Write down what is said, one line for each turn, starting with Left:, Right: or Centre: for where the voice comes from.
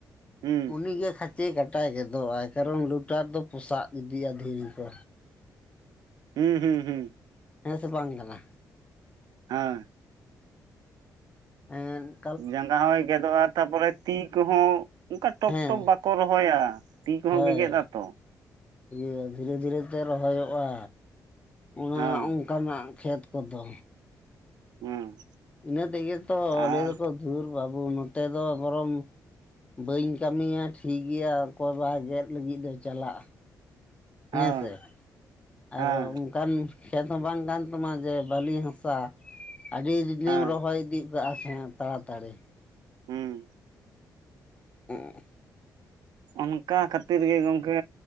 Right: ᱦᱩᱸ᱾
Left: ᱩᱱᱤᱜᱮ ᱠᱷᱟᱪᱮ ᱠᱟᱴᱟᱭ ᱜᱮᱫᱚᱜᱼᱟᱭ ᱠᱟᱨᱚᱱ ᱞᱚᱴᱟᱨ ᱫᱚ ᱯᱚᱥᱟᱜ ᱤᱫᱤᱜᱼᱟ ᱫᱷᱤᱨᱤ ᱠᱚ᱾
Right: ᱦᱩᱸ ᱦᱩᱸ ᱦᱩᱸ᱾
Left: ᱦᱮᱸ ᱥᱮ ᱵᱟᱝ ᱠᱟᱱᱟ?
Right: ᱦᱮᱸ᱾
Left: ᱮᱸᱫ
Right: ᱡᱟᱸᱜᱟ ᱦᱚᱭ ᱜᱮᱫᱚᱜ-ᱟ ᱛᱟᱯᱚᱨᱮ ᱛᱤ ᱠᱚᱦᱚᱸ ᱚᱱᱠᱟ ᱴᱚᱯ
Left: ᱦᱮᱸ
Right: ᱴᱚᱯ ᱵᱟᱠᱚ ᱨᱚᱦᱚᱭᱟ ᱛᱤ ᱠᱚᱦᱚᱸ
Left: ᱦᱳᱭ
Right: ᱜᱮᱜᱮᱫ ᱟᱛᱚ᱾
Left: ᱤᱭᱟᱹ ᱫᱷᱤᱨᱮ ᱫᱷᱤᱨᱮ ᱛᱮ ᱨᱚᱦᱚᱭᱚᱜ-ᱟ ᱚᱱᱟ
Right: ᱦᱮᱸ
Left: ᱚᱱᱠᱟᱱᱟᱜ ᱠᱷᱮᱛ ᱠᱚᱫᱚ
Right: ᱦᱮᱸ
Left: ᱤᱱᱟᱹ ᱛᱮᱜᱮ ᱛᱚ ᱟᱞᱮ
Right: ᱟᱨ
Left: ᱫᱚᱠᱚ ᱫᱷᱩᱨ ᱵᱟᱹᱵᱩ ᱱᱚᱛᱮ ᱫᱚ ᱵᱚᱨᱚᱢ ᱵᱟᱹᱧ ᱠᱟᱹᱢᱤᱭᱟ ᱴᱷᱤᱠ ᱜᱮᱭᱟ ᱚᱠᱚᱭᱵᱟ ᱜᱮᱫ ᱞᱟᱹᱜᱤᱫ ᱫᱚ ᱪᱟᱞᱟᱜ-ᱟ᱾
Right: ᱦᱮᱸ
Left: ᱦᱮᱸᱥᱮ ᱟᱨᱚ
Right: ᱦᱮᱸ
Left: ᱚᱱᱠᱟᱱ ᱠᱷᱮᱛ ᱦᱚᱸ ᱵᱟᱝ ᱠᱟᱱ ᱛᱟᱢᱟ ᱡᱮ ᱵᱟᱹᱞᱤ ᱦᱟᱥᱟ ᱟᱹᱰᱤ ᱫᱤᱱᱮᱢ
Right: ᱦᱮᱸ
Left: ᱨᱚᱦᱚᱭ ᱤᱫᱤ ᱠᱟᱜ-ᱟ ᱥᱮ ᱛᱟᱹᱲᱤ
Right: ᱦᱮᱸ
Left: ᱮ <unintelligible>
Right: ᱚᱱᱠᱟ ᱠᱷᱟᱹᱛᱤᱨ ᱜᱮ ᱜᱚᱝᱠᱮ